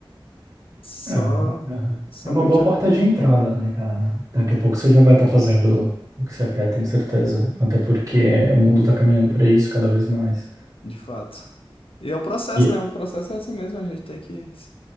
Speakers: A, on the left; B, on the right.
A: Só,
B: É uma, aham.
A: somente
B: é uma boa
A: é
B: porta de entrada, né, cara? Daqui a pouco você já vai estar fazendo o que você quer, tenho certeza. Até porque o mundo tá caminhando para isso cada vez mais.
A: de fato. E é o processo,
B: E,
A: né? O processo é assim mesmo, a gente tem que